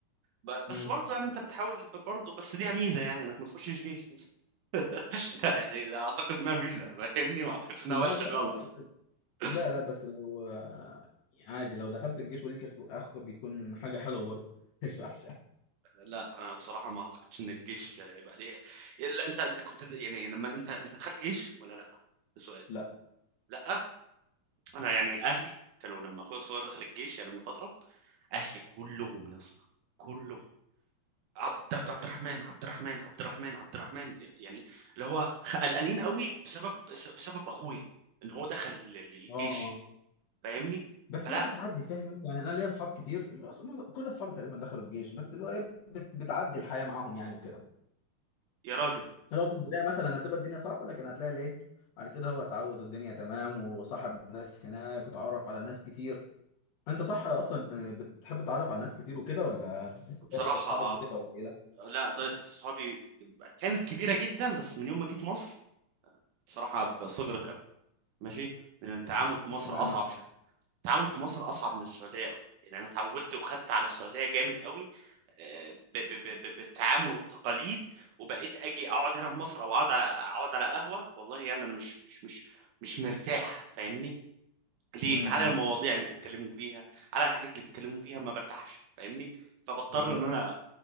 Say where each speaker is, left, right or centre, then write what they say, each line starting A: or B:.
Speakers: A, on the right; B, on the left.
A: ب- بس
B: امم
A: برضه يعني انت بتحاول ب- برضه بس ليها ميزه يعني انك ما تخشش جيش <laughs> يعني اعتقد انها ميزه فاهمني ما اعتقدش انها
B: لا
A: وحشه
B: لا
A: خالص
B: لا
A: <laughs>
B: لا لا بس لو آه، عادي لو دخلت الجيش وليك اخ أخ بيكون حاجه حلوه برضه <laughs> مش وحشه
A: لا انا بصراحه ما اعتقدش ان الجيش يبقى ليه الا انت انت كنت د- يعني لما انت انت دخلت جيش ولا لا ده سؤال
B: لا
A: لا انا يعني اهلي كانوا لما اخويا الصغير دخل الجيش يعني من فتره اهلي كلهم يا اسطى كلهم عبد عبد عبد الرحمن عبد الرحمن عبد الرحمن عبد الرحمن يعني اللي هو خ- قلقانين قوي بسبب بس- بسبب اخويا ان هو دخل ال- ال- الجيش
B: اه اه
A: فاهمني
B: بس
A: فلا
B: هي بتعدي فاهم انت يعني انا ليا اصحاب كتير اللي هو أص- معظم- كل اصحابي تقريبا دخلوا الجيش بس اللي هو ايه بت- بتعدي الحياه معاهم يعني وكده
A: يا راجل
B: اللي هو في البدايه مثلا هتبقى الدنيا صعبه لكن هتلاقي الايه بعد كده هو اتعود والدنيا تمام وصاحب ناس هناك وتعرف على ناس كتير انت صح اصلا آه، بتحب تتعرف على ناس كتير وكده ولا
A: بصراحه
B: دايرة اصحابك بتبقى قليله
A: لا دايرة صحابي كانت كبيرة جدا بس من يوم ما جيت مصر بصراحه صغرت قوي ماشي لان التعامل
B: مش
A: في مصر
B: مش معنى
A: اصعب شويه التعامل في مصر اصعب من السعوديه قوي يعني انا اتعودت وخدت على السعوديه جامد قوي آه، ب- ب- ب- ب- بالتعامل والتقاليد وبقيت اجي اقعد هنا في مصر او اقعد على اقعد على قهوه والله يعني انا مش مش مش مش مرتاح فاهمني ليه
B: امم
A: على
B: امم.
A: المواضيع اللي بيتكلموا فيها على الحاجات اللي بيتكلموا فيها ما برتاحش فاهمني فبضطر
B: بالظبط
A: ان انا